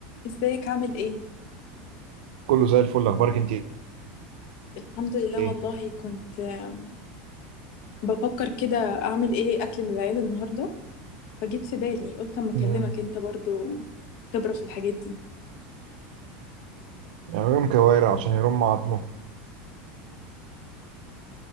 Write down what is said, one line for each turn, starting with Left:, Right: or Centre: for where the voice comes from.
Left: ازيك عامل ايه؟
Right: كله زي الفل اخبارك انت
Left: الحمد لله
Right: ايه
Left: والله كنت آم، بفكر كده اعمل ايه اكل للعيلة النهاردة فجيت في بالي قلت اما اكلمك
Right: مم.
Left: انت برضو خبرة في الحاجات دي
Right: يعملهم كوارع عشان يرموا عظمه